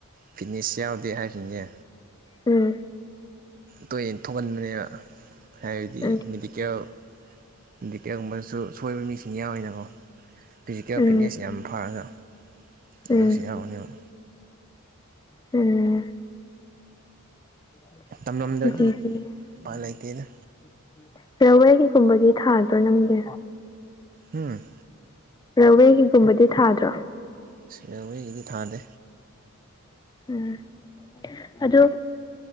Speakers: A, on the right (about 40°); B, on the left (about 20°).
A: ꯐꯤꯠꯅꯦꯁ ꯌꯥꯎꯗꯦ ꯍꯥꯏꯕꯁꯤꯡꯁꯦ
B: ꯎꯝ
A: ꯇꯣꯏꯅ ꯊꯣꯛꯍꯟꯕꯅꯦꯅ ꯍꯥꯏꯕꯗꯤ
B: ꯎꯝ
A: ꯃꯦꯗꯤꯀꯦꯜ ꯃꯦꯗꯤꯀꯦꯜꯒꯨꯝꯕꯗꯁꯨ ꯁꯣꯏꯕ ꯃꯤꯁꯤꯡ ꯌꯥꯎꯔꯤꯅꯀꯣ ꯐꯤꯖꯤꯀꯦꯜ
B: ꯎꯝ
A: ꯐꯤꯠꯅꯦꯁ ꯌꯥꯝ ꯐꯔꯒ
B: ꯎꯝ
A: ꯑꯗꯨꯁꯨ ꯌꯥꯎꯅꯦꯕ
B: ꯎꯝ <unintelligible>
A: ꯇꯝꯂꯝꯗ꯭ꯔꯗꯤ ꯎꯄꯥꯏ ꯂꯩꯇꯦꯗ
B: ꯔꯦꯜꯋꯦꯒꯤꯒꯨꯝꯕꯗꯤ ꯊꯥꯗ꯭ꯔꯣ ꯅꯪꯗꯤ
A: ꯍꯝ
B: ꯔꯦꯜꯋꯦꯒꯤꯒꯨꯝꯕꯗꯤ ꯊꯥꯗ꯭ꯔꯣ
A: ꯑꯁ ꯔꯦꯜꯋꯦꯒꯤꯗꯤ ꯊꯥꯗꯦ
B: ꯎꯝ ꯑꯗꯣ